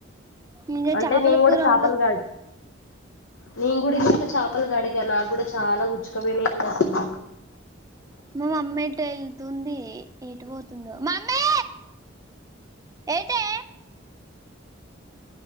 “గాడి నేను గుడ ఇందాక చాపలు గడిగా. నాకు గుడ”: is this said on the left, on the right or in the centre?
Left